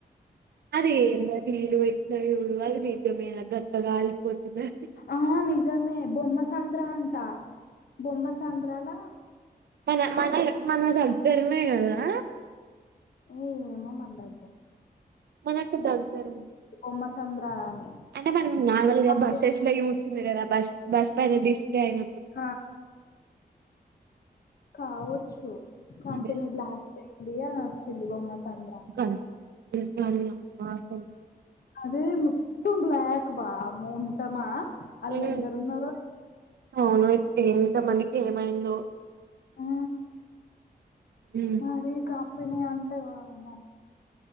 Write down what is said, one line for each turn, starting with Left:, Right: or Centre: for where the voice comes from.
Right: అది ఏంద నీళ్ళు పెట్టిన జూడు అది నిజమేనా గట్ల గాలిపోతుంది
Left: ఆ నిజమే బొమ్మ సంద్ర అంటా బొమ్మ సంద్రాల
Right: మన మన మన దగ్గర్నే గదా
Left: ఏ మ మందా
Right: మనకు దగ్గరు
Left: బొమ్మ సంద్ర అని
Right: అంటే మనం నార్మల్గా
Left: కంపెనీ
Right: బస్సెస్ లో జూస్తుంది గదా బస్ బస్ పైన జాయన
Left: ఆ, కావచ్చు కంపెనీ
Right: అదే
Left: బ్లాస్ట్ అయింది అనొచ్చింది బొమ్మ సంద్ర
Right: ఫోన్ జేసినా అన్నయా మాసల్
Left: అదే మొత్తం బ్లాక్ బా మోంటమా ఆళ్ళెందరు
Right: హ్మ్.
Left: ఉన్నరో
Right: అవును ఇ ఇంత మందికి ఏమైందో
Left: ఆ
Right: ఉమ్
Left: మరి కంపెని అంటే వామ్మో